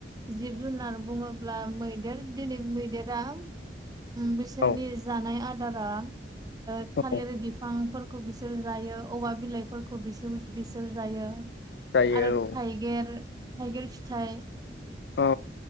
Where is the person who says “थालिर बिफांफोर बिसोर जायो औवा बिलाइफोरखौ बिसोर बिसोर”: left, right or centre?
Right